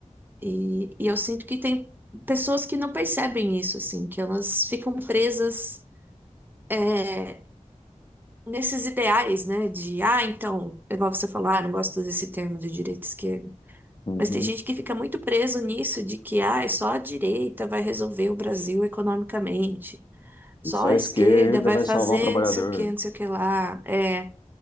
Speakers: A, on the right; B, on the left.
A: E, e eu sinto que tem pessoas que não percebem isso, assim, que elas ficam presas, é, nesses ideais, né? De, ah, então, é igual você falou, ah, eu não gosto desse termo de direita e esquerda.
B: Uhum.
A: Mas tem gente que fica muito preso nisso, de que, ah, é só a direita vai resolver o Brasil economicamente. Só
B: E só
A: a
B: a esquerda
A: esquerda vai
B: vai
A: fazer
B: salvar o trabalhador.
A: não sei o que, não sei o que lá. É,